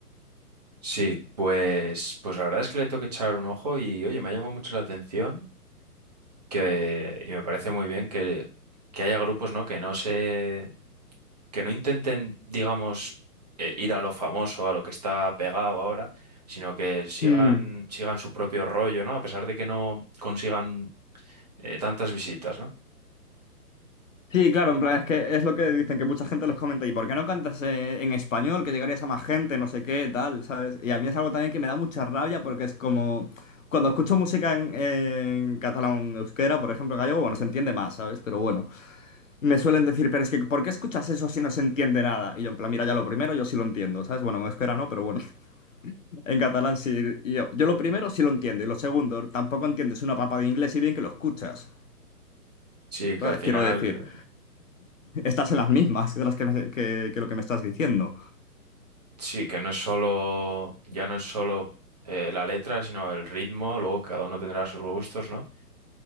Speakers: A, on the right (about 25°); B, on the left (about 55°).
A: Sí, pues, pues la verdad es que le tengo que echar un ojo y oye, me ha llamado mucho la atención que, y me parece muy bien que, que haya grupos, ¿no? Que no se, que no intenten, digamos, eh, ir a lo famoso, a lo que está pegado ahora, sino que sigan,
B: Mm.
A: sigan su propio rollo, ¿no? A pesar de que no consigan eh, tantas visitas, ¿no?
B: Sí, claro, en plan, es que es lo que dicen, que mucha gente les comenta, ¿y por qué no cantas eh, en español? Que llegarías a más gente, no sé qué, tal, ¿sabes? Y a mí es algo también que me da mucha rabia porque es como, cuando escucho música en, en catalán, euskera, por ejemplo, en gallego, bueno, se entiende más, ¿sabes? Pero bueno, me suelen decir, pero es que, ¿por qué escuchas eso si no se entiende nada? Y yo, en plan, mira, ya lo primero yo sí lo entiendo, ¿sabes? Bueno, en euskera no, pero bueno, <laughs> en catalán sí, y yo, yo lo primero sí lo entiendo, y lo segundo, tampoco entiendes una papa de inglés y bien que lo escuchas,
A: Sí, que
B: ¿sabes?
A: al final,
B: Quiero decir. Estás en las mismas de las que, me- que- que lo que me estás diciendo.
A: sí, que no es solo, ya no es solo eh, la letra, sino el ritmo, luego cada uno tendrá sus gustos, ¿no?